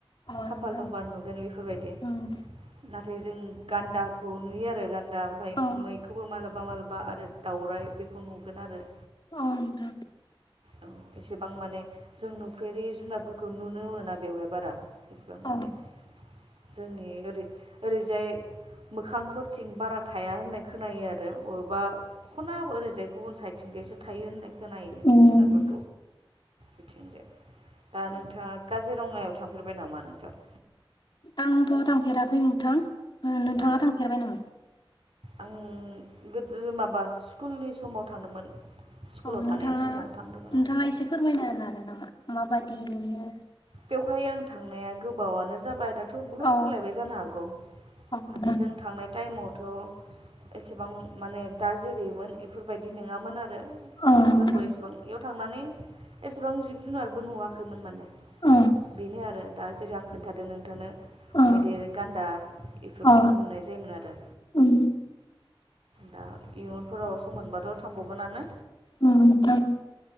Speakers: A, on the left (about 50°); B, on the right (about 75°).
A: अ
B: खाफाल
A: नोंथां
B: दंबा नुगोन बेफोरबायदि
A: उम
B: नाथाय जों गान्दाखौ नुयो आरो गान्दा ओमफ्राय
A: अ
B: मैखौबो मालाबा माबलाबा आरो दाउराइ बेखौ नुगोन आरो।
A: औ नोंथां।
B: औ एसेबां माने जों नुफेरि जुनारफोरखौ नुनो मोना बेवहाय बारा। एसेबां
A: अ
B: माने। जोंनि ओरै ओरैजाय मोखांफोरथिं बारा थाया होननाय खोनायो आरो। बबेबा खना ओरैजाय गुबुन साइडथिंजायसो थायो होननाय खोनायो जिब
A: उम
B: जुनारफोरफोरखौ। बिथिंजाय दा नोंथाङा काजिरङायाव थांफेरबाय नामा नोंथां?
A: आंथ' थांफेराखै नोंथां नोंथाङा
B: अ
A: थांफेरबाय नामा?
B: आं गोदो माबा स्कुलनि समाव थांदोंमोन। स्कुलाव
A: अ नोंथाङा
B: थानाय समाव थांदोंमोन
A: नोंथाङा एसे फोरमायना होन हागोन नामा माबादि नुयो?
B: बेवहाय आं थांनाया गोबावानो जाबाय दा थ' बुहुद
A: अ
B: सोलायबाय जानो हागौ
A: अ नोंथां
B: आरो जों थांनाय टाइमावथ' एसेबां माने दा जेरैयोमोन बेफोरबायदि नङामोन आरो।
A: अ नोंथां
B: जोंबो एसेबां बेयाव थांनानै एसेबां जिब जुनारबो नुवाखैमोन माने।
A: अ
B: बेनो आरो दा जेरै आं खोन्थादों नोंथांनो।
A: अ
B: मैदेर गान्दा बेफोरखौनो
A: अ
B: नुनाय जायोमोन आरो।
A: उम
B: दा इयुनफोराव स मोनबाथ' थांबावगोनानो।
A: ओम नोंथां।